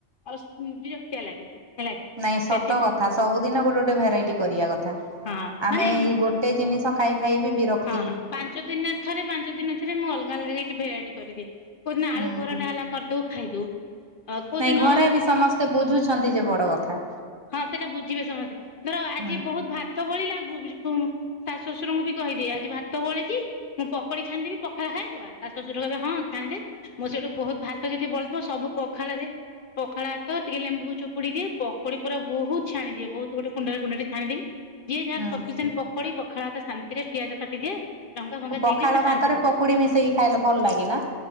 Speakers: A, on the left (about 55°); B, on the right (about 30°).
A: ଆଉ ବିରକ୍ତିଆ ଲାଗେ। ହେଲା କି
B: ନାଇଁ ସତ
A: ସେଥି
B: କଥା ସବୁଦିନ ଗୋଟେ ଗୋଟେ ଭେରାଇଟି କରିବା କଥା।
A: ହଁ ମାନେ
B: ଆମେ ଏଇ ଗୋଟେ ଜିନିଷ ଖାଇ ଖାଇ ବି ବିର
A: ହଁ ପାଞ୍ଚ ଦିନରେ ଥରେ ପାଞ୍ଚ ଦିନରେ ଥରେ ମୁଁ ଅଲଗା ଅଲଗା କିଛି ଭେରାଇଟି କରିଦିଏ। କଉଦିନ
B: ହୁଁ
A: ଆଳୁ ପରଟା ହେଲା କରିଦଉ ଖାଇଦଉ। ଅ କୋଉ
B: ନାଇଁ
A: ଦିନ
B: ଘରେ ବି ସମସ୍ତେ ବୁଝୁଛନ୍ତି ଯେ ବଡ କଥା।
A: ହଁ ସେଟା ବୁଝିବେ ସମସ୍ତେ ଧର ଆଜି
B: ହୁଁ
A: ବହୁତ୍ ଭାତ ବଳିଲା <unintelligible> ଶାଶୁ ଶଶୁରଙ୍କୁ ବି କହିଦିଏ ଆଜି ଭାତ ବଳିଚି ମୁଁ ପକଡି ଛାଣିଦବି ପଖାଳ ଖାଇଦବା ତାପରେ ଶଶୁର କହିବେ ହଁ ଛାଣିଦେ। ମୁଁ ସେଇଠୁ ବହୁତ୍ ଭାତ ଯଦି ବଳିଥିବ ସବୁ ପଖାଳ ରେ ପଖାଳ ଭାତ ଟିକେ ଲେମ୍ବୁକୁ ଚୁପୁଡି ଦିଏ ପକୁଡି ପୁରା ବହୁତ୍ ଛାଣିଦିଏ ବହୁତ୍ ଗୋଟେ କୁଣ୍ଡରେ କୁଣ୍ଡଟେ ଛାଣିଦିଏ। ଯିଏ ଯାହାର
B: ହୁଁ
A: ସଫିସେଣ୍ଟ୍ ପକଡି ପଖାଳ ଭାତ ଶାନ୍ତିରେ ପିଆଜ କାଟିଦିଏ ଲଙ୍କା ଫଙ୍କା
B: ପଖାଳ
A: ଦେଇଦିଏ ସେ
B: ଭାତରେ
A: ଶାନ୍ତିରେ
B: ପକୁଡି ମିଶେଇକି ଖାଇଲେ ଭଲ ଲାଗେ ନା।